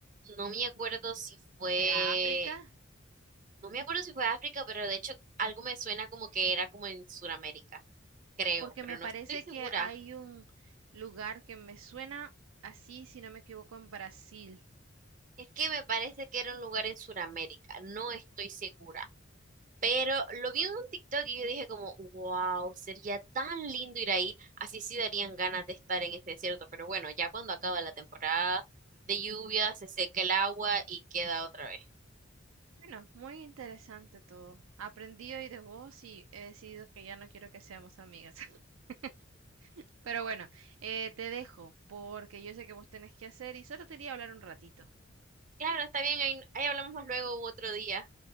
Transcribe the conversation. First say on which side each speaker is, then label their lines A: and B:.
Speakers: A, on the right; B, on the right.
A: no me acuerdo si fue,
B: ¿Será África?
A: no me acuerdo si fue África, pero de hecho algo me suena como que era como en Sudamérica, creo,
B: porque
A: pero
B: me parece
A: no estoy segura.
B: que hay un lugar que me suena así, si no me equivoco, en Brasil.
A: Es que me parece que era un lugar en Sudamérica, no estoy segura. Pero lo vi en un TikTok y yo dije como, wow, sería tan lindo ir ahí. Así sí darían ganas de estar en ese desierto. Pero bueno, ya cuando acaba la temporada de lluvia, se seca el agua y queda otra vez.
B: Bueno, muy interesante todo. Aprendí hoy de vos y he decidido que ya no quiero que seamos amigas. <laughs> Pero bueno, eh, te dejo porque yo sé que vos tenés que hacer y solo te quería hablar un ratito.
A: Claro, está bien, ahí, ahí hablamos más luego u otro día.